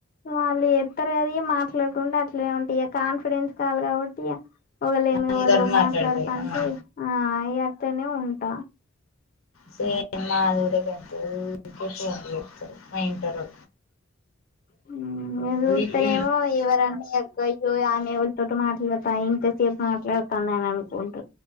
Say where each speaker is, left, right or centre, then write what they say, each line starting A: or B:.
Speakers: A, on the left; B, on the left.
A: వాళ్ళు ఎత్తరనీ మాట్లాడుకుంటే అట్లే ఉంట కాన్ఫిరెన్స్ కాల్ కాబట్టి వాళ్లేమో
B: అందరు
A: వాళ్ళు
B: మాట్లాడతారు
A: మాట్లాడతాంటే ఆ <unintelligible> ఉంట
B: సేమ్ నా <unintelligible> అంతే కదూ ఊరికే ఫోన్లు చేత్తరు మా ఇంటోళ్ళు
A: <unintelligible>
B: వీక్లీ
A: అయ్యో ఆమె <unintelligible> మాట్లు చెప్ప ఇంత సేపు మాట్లాడతాంద అని అనుకుంట